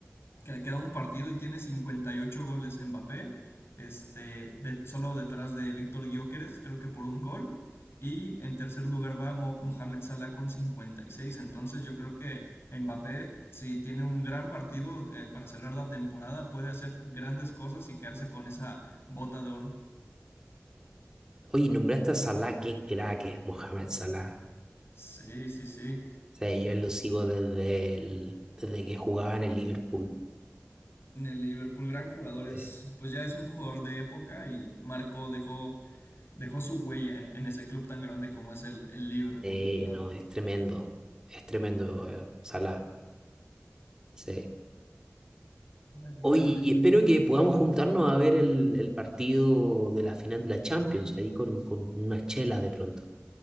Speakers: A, on the left (about 60°); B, on the right (about 15°).
A: que le queda un partido y tiene 58 goles en Mbappé, este, de, solo detrás de Víctor Gyökeres, creo que por un gol. Y en tercer lugar va Mo Mohamed Salah con cincuenta y seis Entonces yo creo que Mbappé, si tiene un gran partido eh, para cerrar la temporada, puede hacer grandes cosas y quedarse con esa bota de oro.
B: Oye, nombraste a Salah, qué crack es Mohamed Salah.
A: Sí, sí, sí.
B: O sea, yo lo sigo desde, el- desde que jugaba en el Liverpool.
A: en El Liverpool, gran jugador, es,
B: Sí.
A: pues ya es un jugador de época y marcó, dejó, dejó su huella en, en ese club tan grande como es el, el Liverpool,
B: Sí,
A: la
B: no,
A: verdad.
B: es tremendo. Es tremendo, eh, Salah. Sí.
A: Verdaderamente.
B: Oye, y espero que podamos juntarnos a ver el, el partido de la final de la Champions, ahí con, con unas chelas de pronto.